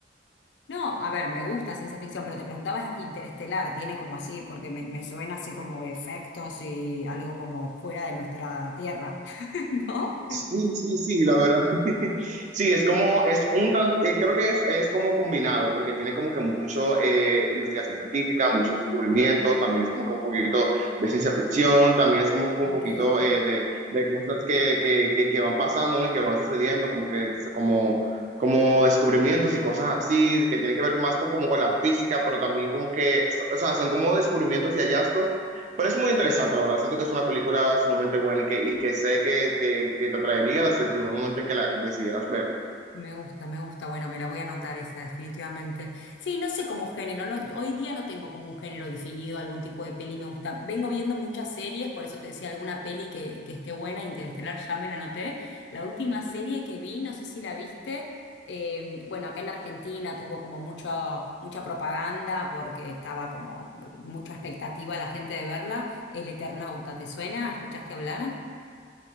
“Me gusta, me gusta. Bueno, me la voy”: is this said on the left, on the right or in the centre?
Left